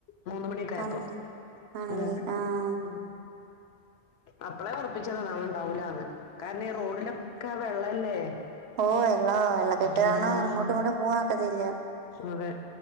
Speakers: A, on the left (about 75°); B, on the right (about 80°).
A: മൂന്ന മണിയക്ക ആയപ്പോ
B: ആന്നല്ലേ ആണല്ലേ
A: ഉ
B: ആഹ്
A: ഉ അപ്പളെ ഉറപ്പിച്ചതതാണ്ണ് അവളുണ്ടാവുലാന്ന് കാരണം ഈ റോഡിലൊക്കെ വെള്ളല്ലേ
B: ഓ എല്ലാ വള്ള കെട്ട് കാരണം
A: ഉം
B: ഇങ്ങോട്ടും ഇങ്ങോട്ടും പോആക്കത്തില്ല
A: അതെ